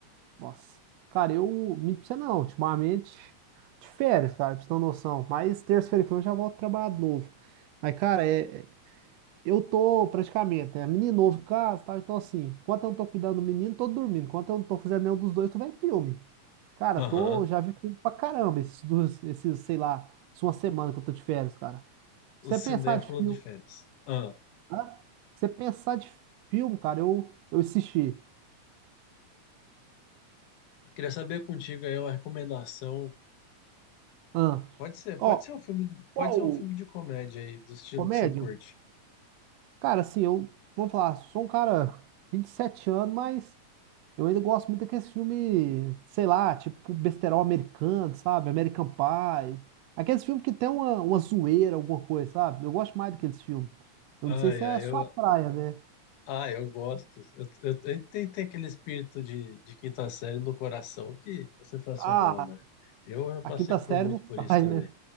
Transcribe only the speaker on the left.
Aham.
Um
cinéfilo
de férias. Ah,
queria saber contigo aí uma recomendação.
Pode ser,
pode ser um filme,
pode ser um filme de comédia aí, do estilo
que você curte.
Ai,
ai,
eu,
ai, eu gosto. Eu, eu, eu tem, tem aquele espírito de, de quinta série no coração que é sensacional,
né? Eu, eu passei
por
muito
por isso também.